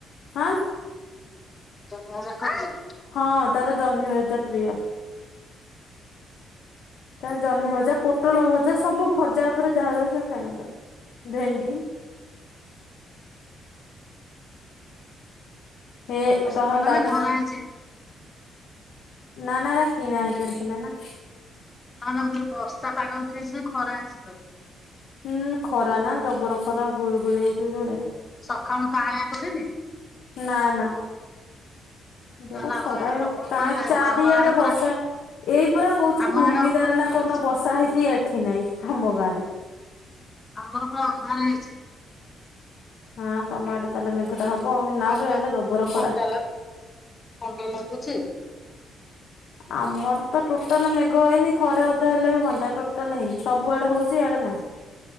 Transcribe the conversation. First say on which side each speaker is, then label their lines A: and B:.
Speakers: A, on the left (about 70°); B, on the left (about 30°).
A: ହାଁ
B: ଜହ୍ନିଭଜା ଖାଉଛି।
A: ହଁ ତାର ଜହ୍ନି ଭଜା ପ୍ରିୟ।
B: ଫାଙ୍କା ଅଡ଼ିଓ।
A: ତାର ଜହ୍ନି ଭଜା ପୋଟଳ ଭଜା ସବୁ ଭଜା ଉପରେ ଯାହା ଦବ ସେ ଖାଇବା ତାର। ଭେଣ୍ଡି। ହେ
B: ବର୍ଷା
A: ରହ
B: ପାଗ
A: ଲାଗନା।
B: ନା ଖରା ହେଇଛି।
A: ନା ନା ଏ ରା କିଣା ହେଇକି ଆସିଥିଲା ନା।
B: ହଁ ନା ପୁରା ବର୍ଷା ପାଗ ଉଠାଇଛି ନା ଖରା ହେଇଛିି ଲୋ।
A: ହୁଁ ଖରା ନା ଜବର ଖରା ଗୁଳ ଗୁଳି ହଉଛି ଜୋରେ।
B: ସକାଳୁ କାଆଁଳିଆ କରିନି।
A: ନା ନା <unintelligible>
B: ତାହେଲେ ଆମ
A: ଖରା
B: ଆଡେ ପ୍ରବଳ
A: ପାଞ୍ଚ
B: ଖରା
A: ଚାରିଆଡେ
B: ଆମ ଆଡେ ପୁରା
A: ବର୍ଷା। ଏଇ ପରା କହୁଛି
B: ଆମ
A: କୁନି
B: ଆଡେ ଅନ୍ଧାର
A: ଦାରଣା କନ
B: ହେଇଛି
A: ବର୍ଷା ହେଇଛି ଏଠି ନାଇଁ ଆମ ଗାଁ ରେ।
B: ଆମର ପୁରା ଅନ୍ଧାର ହେଇଛି।
A: ହଁ ତମ ଆଡେ ତାହେଲେ ମେଘ ଟା ହବ
B: ଥଣ୍ଡା
A: ନା <unintelligible> ଜବର
B: ଥଣ୍ଡା
A: ଖରା।
B: ଲା ଥଣ୍ଡା ଲାଗୁଛି।
A: ଆମର ତ ଟୋଟାଲ ମେଘ ହେଇନି ଥରେ ଅଧେ ହେଲେ ବି ହୁଅନ୍ତା ଟୋଟାଲ ହେଇନି ସବୁଆଡେ ହଉଛି ଇଆଡେ ନାହିଁ।